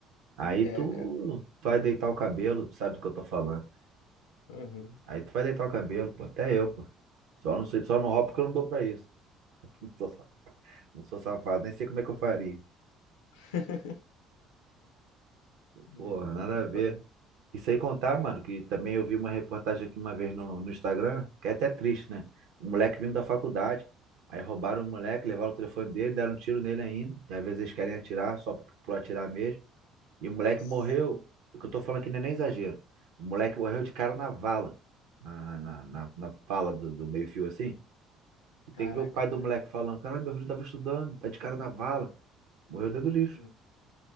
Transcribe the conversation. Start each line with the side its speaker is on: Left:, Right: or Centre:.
Right: Aí
Left: É,
Right: tu
Left: cara.
Right: vai deitar o cabelo, tu sabe do que eu tô falando.
Left: Uhum.
Right: Aí tu vai deitar o cabelo, pô. Até eu, pô. Só não sei, só não roubo porque eu não dou pra isso. <laughs> Não sou, sa- não sou safado, nem sei como é que eu faria.
Left: <laughs> Não,
Right: Porra,
Left: Tá,
Right: nada
Left: tá
Right: a
Left: foda.
Right: ver. E sem contar, mano, que também eu vi uma reportagem aqui uma vez no, no Instagram, que é até triste, né? Um moleque vindo da faculdade. Aí roubaram o moleque, levaram o telefone dele, deram um tiro nele ainda. Que às vezes eles querem atirar, só por, por atirar mesmo. E o moleque
Left: Sim.
Right: morreu. O que eu tô falando aqui não é nem exagero. O moleque morreu de cara na vala. Na, na, na, na na vala do, do meio-fio assim. E tem
Left: Caraca,
Right: que ver o pai do
Left: cara.
Right: moleque falando: Caralho, meu filho tava estudando, tá de cara na vala, morreu dentro do lixo.
Left: Não,